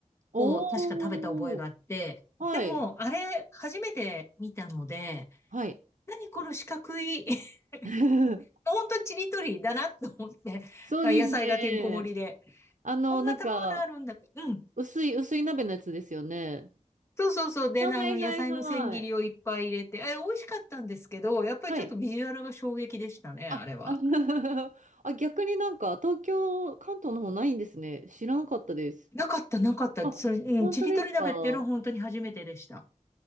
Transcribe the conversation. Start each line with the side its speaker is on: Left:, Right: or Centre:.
Right: おー。
Left: を確か食べた覚えがあって、
Right: はい。
Left: でも、あれ、初めて見たので、
Right: はい。
Left: 何この四角い、<laughs>
Right: <laughs>
Left: 本当にちりとりだなと思って、
Right: そうですね。
Left: 野菜がてんこ盛りで。
Right: あの、
Left: こんな食べ物あるんだって。
Right: なんか、
Left: うん。
Right: 薄い、薄い鍋のやつですよね。
Left: そうそうそう。で、
Right: あ、
Left: あの、
Right: はいはいはい。
Left: 野菜の千切りをいっぱい入れて、え、美味しかったんですけど、やっぱりちょっとビジュアルが衝撃でしたね、
Right: はい。あ、
Left: あれは。
Right: あ <laughs>、あ逆になんか、東京、関東の方ないんですね。知らなかったです。
Left: なかった、なかった。
Right: あ、
Left: それ、うん、
Right: 本当ですか
Left: ちりとり鍋っていうのは本当に初めてでした。